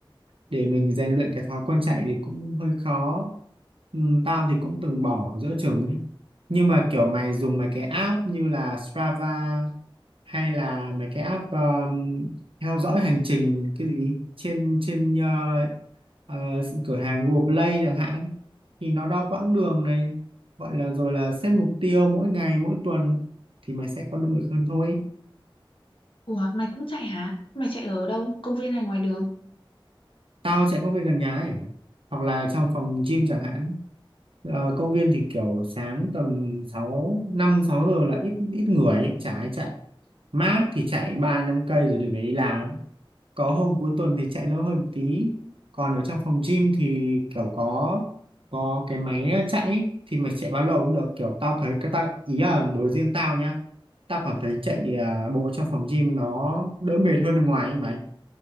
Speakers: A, on the right (about 80°); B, on the left (about 70°).
A: để mình rèn luyện cái thói quen chạy thì cũng hơi khó ừ, tao thì cũng từng bỏ giữa chừng ấy. Nhưng mà kiểu mày dùng mấy cái app như là Strava hay là mấy cái app ờ, theo dõi hành trình cái gì trên trên ờ, ờ, cửa hàng Google Play chẳng hạn thì nó đo quãng đường này gọi là rồi là set mục tiêu mỗi ngày mỗi tuần thì mày sẽ có động lực hơn thôi
B: Ủa, mày cũng chạy hả? Mày chạy ở đâu? Công viên hay ngoài đường?
A: tao chạy công viên gần nhà ấy hoặc là trong phòng gym chẳng hạn Ờ, công viên thì kiểu sáng tầm sáu năm sáu giờ là ít ít người ấy, chả ai chạy mát thì chạy 3 5 cây rồi đi về đi làm có hôm cuối tuần thì chạy lâu hơn một tí còn ở trong phòng gym thì kiểu có có cái máy ờ, chạy ấy, thì mày chạy bao lâu cũng được kiểu tao thấy cái tao ý là đối riêng tao nhá tao cảm thấy chạy à, bộ trong phòng gym nó đỡ mệt hơn bên ngoài ấy mày